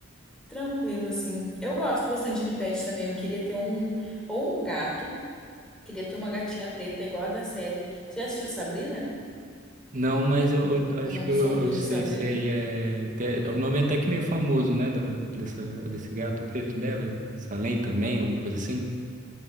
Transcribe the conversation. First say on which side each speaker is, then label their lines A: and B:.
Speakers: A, in the centre; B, on the right (about 40°).
A: tranquilo, assim. Eu gosto bastante de pet também. Eu queria ter um... Ou um gato. Queria ter uma gatinha preta, igual a da série. Você já assistiu Sabrina?
B: Não, mas eu, eu
A: O
B: acho
A: Mundo
B: que eu,
A: Sombrio
B: eu sei
A: de Sabrina?
B: se aí é. te- É um nome até que meio famoso, né? Da, dessa, desse gato preto dela. Salem também, alguma coisa assim.